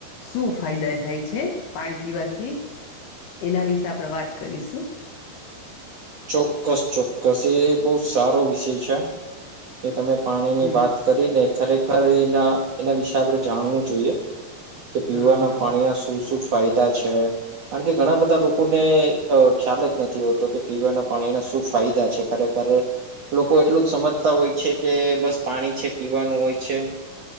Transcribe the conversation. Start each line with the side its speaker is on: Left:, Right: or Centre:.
Left: શું ફાયદા થાય છે પાણી પીવાથી એના વિશે આપણે વાત કરીશું
Right: ચોક્કસ ચોક્કસ એ બહુ સારો વિષય છે કે તમે પાણીની
Left: હમ
Right: વાત કરી ને ખરેખર એના એના વિશે આપણે જાણવું જોઈએ કે પીવાના
Left: હા હા
Right: પાણીના શું શું ફાયદા કારણ કે ઘણા બધા લોકોને ખ્યાલ જ નથી હોતો કે પીવાના પાણીના શું ફાયદા છે ખરેખર લોકો એટલું જ સમજતા હોય છે કે બસ પાણી છે પીવાનું હોય છે